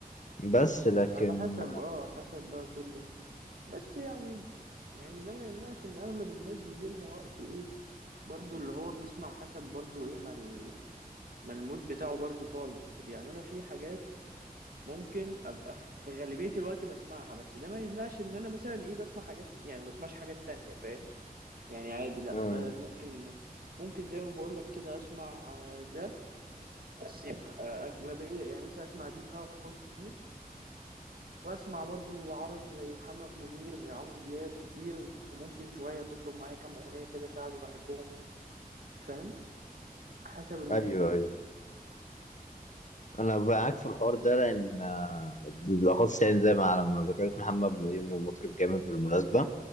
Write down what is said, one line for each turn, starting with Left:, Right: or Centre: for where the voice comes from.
Left: بس لكن
Right: على حسب اه حسب بقى كل بس يعني يعني ده ما يمنعش ان اغلب الناس بيجي لها وقت ايه برضو اللي هو بيسمع حسب برضو ايه ما ال- ما المود بتاعه برضو طالب يعني انا في حاجات ممكن ابقى في غالبية الوقت بسمعها بس ده ما يمنعش ان انا مثلا ايه بسمع حاجات يعني ما بسمعش حاجات تانية فاهم يعني عادي لا
Left: آه،
Right: ب- ممكن ممكن زي ما بقول لك كده اسمع آه، ده بس يبقى آه، اغلبية يعني مثلا اسمع ديب هاوس كتير واسمع برضو عربي زي محمد منير زي عمرو دياب كتير وممكن شوية تطلب معايا كام اغنية كده شعبي بحبهم فاهم حسب المود
Left: ايوه ايوه انا معاك في الحوار ده لان آه، بالاخص يعني زي ما على ما ذكرت محمد منير مطرب جامد بالمناسبه